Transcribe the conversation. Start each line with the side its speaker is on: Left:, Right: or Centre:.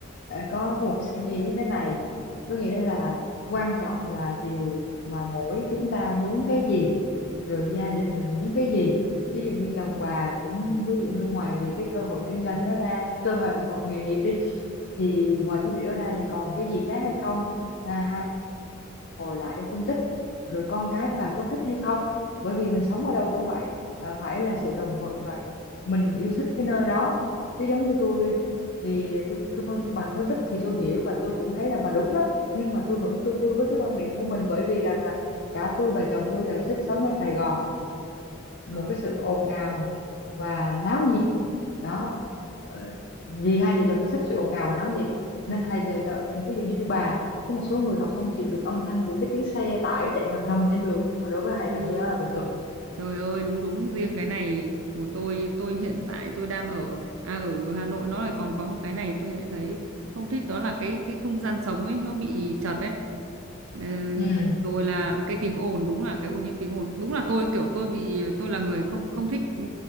Left: à, có một cái suy nghĩ như thế này có nghĩa là quan trọng là điều mà mỗi chúng ta muốn cái gì rồi gia đình mình muốn cái gì ví dụ như chồng bà cũng ví dụ như ngoài việc cái cơ hội kinh doanh đó ra cái cơ hội hội nghề nghiệp đi thì ngoài cái việc đó ra thì còn cái gì khác hay không à, ngồi lại để phân tích rồi con cái bà có thích hay không bởi vì mình sống ở đâu cũng vậy à, phải là sự đồng thuận và mình yêu thích cái nơi đó chứ giống như tôi thì tôi tôi phân bà phân tích thì tôi hiểu và tôi cũng thấy là bà đúng đó nhưng mà tôi vẫn khư khư với cái quan điểm của mình bởi vì rằng là cả tôi và chồng tôi đều thích sống ở Sài Gòn một
Right: ờ,
Left: cái sự ồn ào và náo nhiệt đó ờ, vì hai vợ chồng tôi thích sự ồn ào và náo nhiệt nên
Right: ừ,
Left: hai
Right: ừ,
Left: vợ chồng ví dụ như, như bà có một số người họ không chịu được âm thanh của cái tiếng xe tải chạy rầm rầm trên đường nhưng mà đối với
Right: Ui,
Left: hai chồng tôi đó là bình thường
Right: Trời ơi đúng đúng riêng cái này của tôi tôi hiện tại tôi đang ở à, ở Hà Nội nó lại còn có một cái này tôi lại thấy không thích đó là cái cái không gian sống ấy nó bị chật ấy Ờ,
Left: ừ
Right: rồi là cái tiếng ồn đúng là cái ô nhiễm tiếng ồn đúng là tôi kiểu tôi bị tôi là người không không thích ừ,